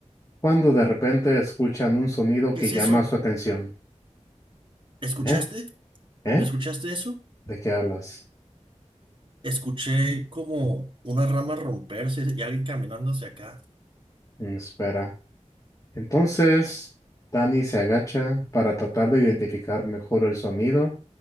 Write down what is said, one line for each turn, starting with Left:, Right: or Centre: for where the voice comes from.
Left: cuando de repente escuchan un sonido
Right: ¿Qué
Left: que
Right: es
Left: llama
Right: eso?
Left: su atención.
Right: ¿Escuchaste?
Left: ¿Eh? ¿Eh?
Right: ¿No escuchaste eso?
Left: ¿De qué hablas?
Right: Escuché como una rama romperse y alguien caminando hacia acá.
Left: Mm, espera. Entonces Danny se agacha para tratar de identificar mejor el sonido